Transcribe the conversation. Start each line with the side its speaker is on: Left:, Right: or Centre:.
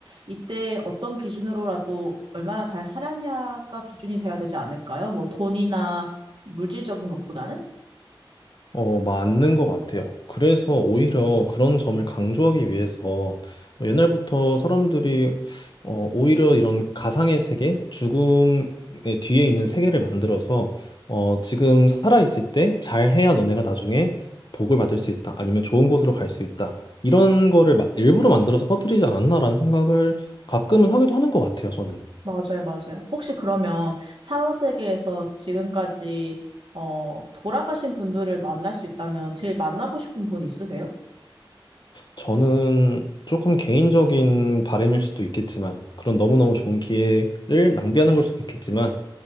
Right: 이때 어떤 기준으로라도 얼마나 잘 살았냐가 기준이 돼야 되지 않을까요? 뭐 돈이나 물질적인 것보다는?
Left: 어, 맞는 것 같아요. 그래서 오히려 그런 점을 강조하기 위해서 뭐 옛날부터 사람들이 어, 오히려 이런 가상의 세계, 죽음의 뒤에 있는 세계를 만들어서 어, 지금 살아있을 때 잘해야 너네가 나중에 복을 받을 수 있다. 아니면 좋은 곳으로 갈 수 있다. 이런 거를 마- 일부러 만들어서 퍼뜨리지 않았나라는 생각을 가끔은 하기도 하는 것 같아요, 저는.
Right: 맞아요, 맞아요. 혹시 그러면 사후세계에서 지금까지 어, 돌아가신 분들을 만날 수 있다면 제일 만나고 싶은 분 있으세요?
Left: 저는 조금 개인적인 바람일 수도 있겠지만, 그런 너무너무 좋은 기회를 낭비하는 걸 수도 있겠지만,